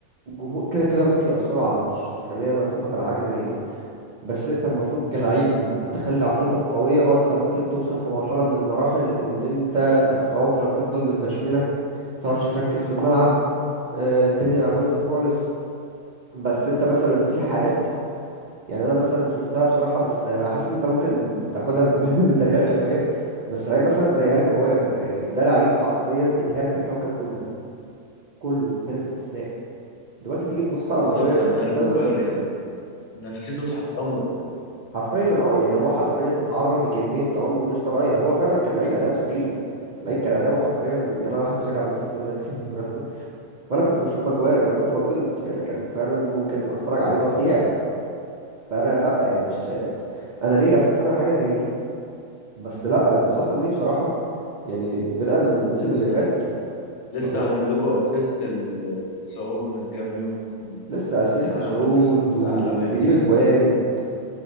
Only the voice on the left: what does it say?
بالظبط
يعني هاري
ماجواير يعني نفسيته اتحطمت يعني
آه،
لسه
لسه
عامل لكم اسيست الصعود من كام يوم
كان عامل
اسيست
عالمي من كام
يوم